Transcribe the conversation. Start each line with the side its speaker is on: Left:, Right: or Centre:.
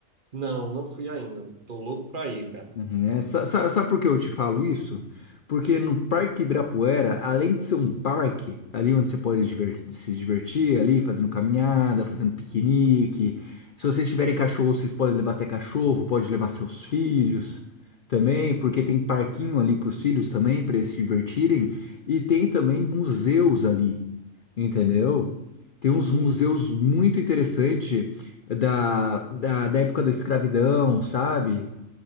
Right: Não, não fui ainda, tô louco pra ir, cara.
Left: Uhum, É, sa- sa- sabe por que eu te falo isso? Porque no Parque Ibirapuera, além de ser um parque, ali onde você pode diver- se divertir, ali fazendo caminhada, fazendo piquenique. Se vocês tiverem cachorro, vocês podem levar até cachorro, pode levar seus filhos também, porque tem parquinho ali para os filhos também, para eles se divertirem. E tem também museus ali, entendeu? Tem
Right: Hum,
Left: uns museus muito interessantes da, da, da época da escravidão, sabe?